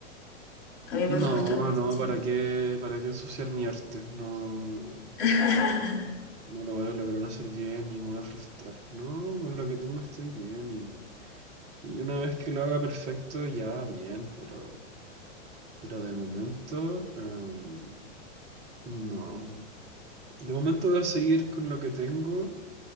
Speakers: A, on the left (about 55°); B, on the right (about 20°).
A: A mí me
B: No,
A: frustra muchísimo.
B: no, ¿para qué, para qué ensuciar mi arte? No,
A: <laughs>
B: no lo voy a lograr hacer bien y me voy a frustrar. No, con lo que tengo estoy bien y Y una vez que lo haga perfecto, ya bien, pero, pero de momento, em, no. De momento voy a seguir con lo que tengo,